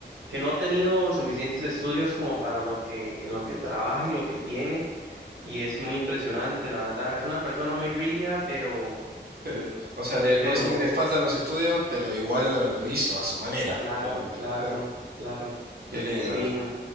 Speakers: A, on the right; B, on the right.
A: que no ha tenido suficientes estudios como para lo que, en lo que trabaja y lo que tiene y es muy impresionante, la verdad. Es una persona muy rígida, pero,
B: Pero, o sea, le,
A: pero,
B: vos decís que le faltan los estudios, pero igual lo, lo hizo a su manera,
A: claro,
B: digamos.
A: claro,
B: Sí,
A: claro,
B: qué lindo
A: sí.
B: eso.